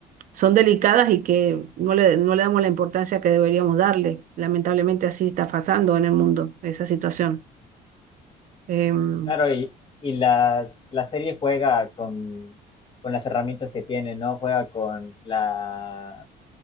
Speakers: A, on the right; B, on the left.
A: son delicadas y que no le, no le damos la importancia que deberíamos darle. Lamentablemente así está pasando en el mundo esa situación. Em,
B: Claro, y, y la, la serie juega con, con las herramientas que tiene, ¿no? Juega con la,